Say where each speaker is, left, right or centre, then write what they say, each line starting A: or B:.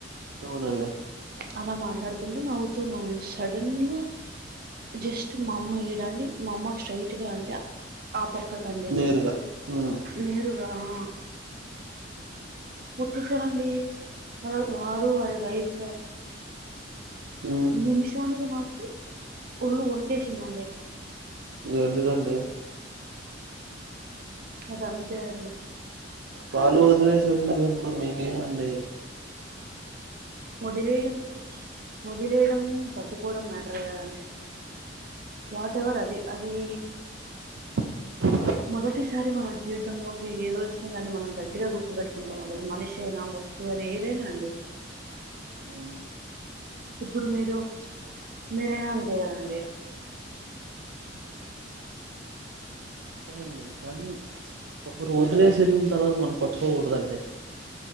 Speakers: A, on the right (about 80°); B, on the right (about 50°).
A: అవునండి
B: అలా మాట్లాడుతుంటె నవ్వుతూన్నాను అండి సడన్ ఉవ్వా జస్ట్ మా అమ్మ ఈడ అండి మా అమ్మకు స్ట్రైట్గా అంటే ఆ పక్కకండి
A: నేరుగా మ్
B: నేరుగా ఆ వొచ్చేసారండీ వా వారు వారి వైప్
A: ఉ
B: నిమిషానికి నాకు ఒళ్ళు ఒనికేసిందండి
A: ఎందుకండి
B: అది అంతే అండి
A: వాళ్ళు వదిలేసి వెళ్ళినప్పుడు మీకేమండీ
B: వదిలేయడం వదిలేయడమూ పట్టుకోవడం మ్యాటర్ కాదండి వాట్ ఎవర్ అది అదీ
A: <inaudible>
B: మొదటిసారి మన జీవితంలోకి ఏదొచ్చినా దాన్ని మనం గట్టిగా గుర్తుపెట్టుకుంటాం అది మనిషైనా వస్తు ఓ ఏధైనా అండి
A: మ్
B: ఇప్పుడు మీరు మీరైనా అంతే కదండి
A: అంతే అండి కానీ ఒకరు వదిలేసి వెళ్ళిన తర్వాత మనం పట్టుకోకూడదండి